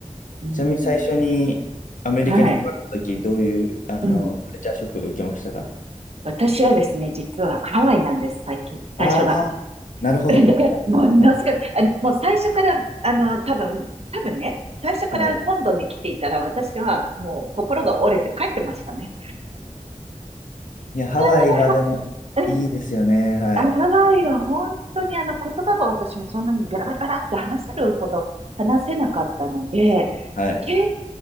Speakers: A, on the right; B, on the left.
A: うん。
B: ちなみに最初にアメリカに来られた時、
A: はい。
B: どういう、あの、
A: うん。
B: カルチャーショックを受けましたか
A: 私はですね、実はハワイなんです、最近、最初が。
B: ああー、なるほど。
A: <laughs> だから、
B: はい。
A: ものすごく、あの、もう最初から、あの、多分、多分ね、最初から本土に来ていたら、
B: はい。
A: 私はもう心が折れて帰ってましたね。
B: いや、ハワイはでも、
A: うん、だからは、
B: いいですよね、
A: うん、
B: はい。
A: あのハワイは本当にあの言葉が私もそんなにベラベラベラって話せるほど話せなかったので、
B: はい。
A: 結